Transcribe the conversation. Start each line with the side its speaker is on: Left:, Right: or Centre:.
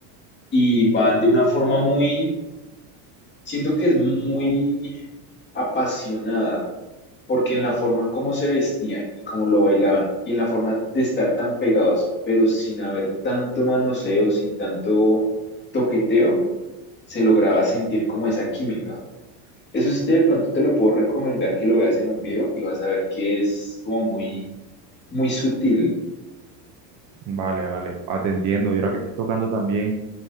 Left: y van de una forma muy, siento que es muy apasionada, porque en la forma en cómo se vestían y cómo lo bailaban, y en la forma de estar tan pegados, pero sin haber tanto manoseo, sin tanto toqueteo, se lograba sentir como esa química. Eso sí, te, de pronto te lo puedo recomendar que lo veas en un video y vas a ver que es como muy, muy sutil.
Right: Vale, vale, ah, te entiendo. Y ahora que estás tocando también